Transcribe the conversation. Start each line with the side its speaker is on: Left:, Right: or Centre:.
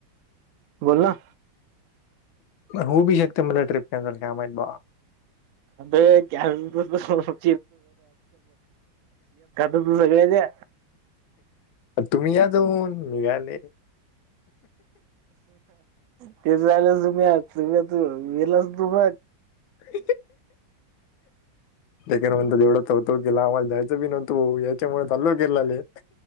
Right: बोल ना.
Left: होउ बी शकत. म्हटलं ट्रिप कॅन्सल काय माहीत बुवा.
Right: अबे <unintelligible> <unintelligible> खात तू सगळ्याच्या
Left: तुम्ही या जाऊन. निघाले-
Right: ते झालं तुम्ही तुम्ही त गेलस तुम-
Left: <inaudible> कन म्हणत तेवढाच होतो कि ला आम्हाला जायचं बी नव्हतो याच्यामुळे चाल्ल केे लाले.